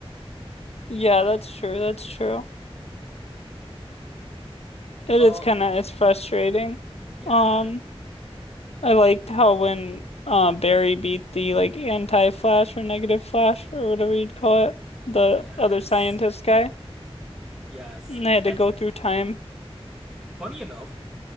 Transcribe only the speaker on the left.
Yeah, that's true. That's true. It
is kind of it's frustrating.
Um, I liked how when uh Barry beat the like anti-Flash or negative Flash or whatever you'd call it, the
other scientist guy,
and they had
to go through time.